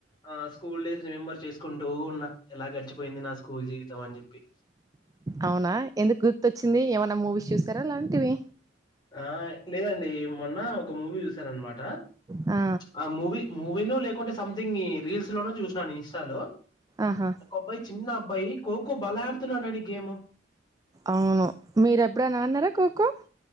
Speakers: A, on the left (about 25°); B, on the right (about 20°).
A: ఆ స్కూల్ డేస్ రిమెంబర్ చేసు కుంటూ ఉన్నా ఎలా గడిచిపోయింది నా స్కూల్ జీవితం అని చెప్పి
B: అవునా ఎందుకు గుర్తుచ్చింది ఏమైన్నా మూవీస్ చూస్తారా అలాంటివి
A: ఆ లేదండి మొన్న ఒక మూవీ చూసానన్నమాట
B: ఆ
A: ఆ మూవీ మూవీనో లేకుంటే సంథింగ్ రీల్స్ లోనూ చూసినాను ఇన్స్టాలో
B: ఆహా
A: ఒక అబ్బాయి చిన్న అబ్బాయి ఖోఖో బలె ఆడుతున్నాడండి గేము
B: అవును మీరు ఎప్పుడైనా ఆడి నారా కు